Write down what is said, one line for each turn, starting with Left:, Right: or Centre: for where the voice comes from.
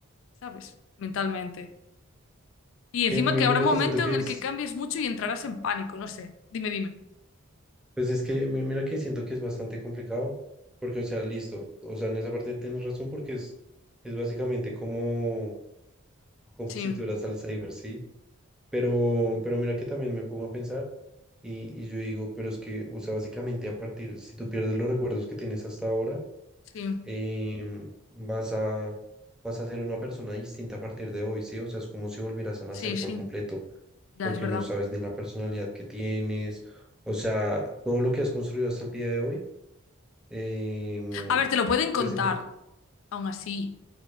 Left: ¿sabes? Mentalmente. Y
Centre: Es
Left: encima
Centre: que mi-
Left: que habrá
Centre: mira
Left: un
Centre: que
Left: momento
Centre: siento que
Left: en el
Centre: es...
Left: que cambies mucho y entrarás en pánico, no sé. Dime, dime.
Centre: Pues es que mi- mira que siento que es bastante complicado, porque, o sea, listo, o sea, en esa parte tienes razón porque es, es básicamente como, como
Left: Sí,
Centre: si tuvieras Alzheimer, ¿sí? Pero, pero mira que también me pongo a pensar y, y yo digo, pero es que, o sea, básicamente a partir, si tú pierdes los recuerdos que tienes hasta ahora,
Left: sí,
Centre: em, vas a, vas a ser una persona distinta a partir de hoy, ¿sí? O sea, es como si volvieras a nacer
Left: sí, sí.
Centre: por completo,
Left: Ya
Centre: porque
Left: es verdad.
Centre: no sabes ni la personalidad que tienes, o sea, todo lo que has construido hasta el día de hoy Em,
Left: A ver, te lo pueden contar,
Centre: pues entre-
Left: aún así.